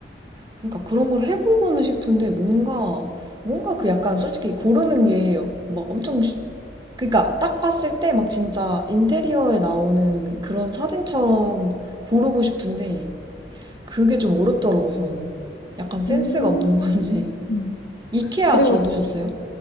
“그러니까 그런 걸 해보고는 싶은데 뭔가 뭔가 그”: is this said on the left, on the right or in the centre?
Right